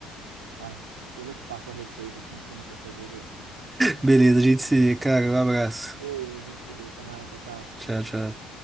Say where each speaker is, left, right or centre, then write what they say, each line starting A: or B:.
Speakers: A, on the right; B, on the right.
A: Vai, depois eu te passo a receita, te ensino qualquer dia desse.
B: Beleza, a gente se vê, cara. Um abraço.
A: Ô, a gente se vê. Até mais. Tchau, tchau.
B: Tchau, tchau.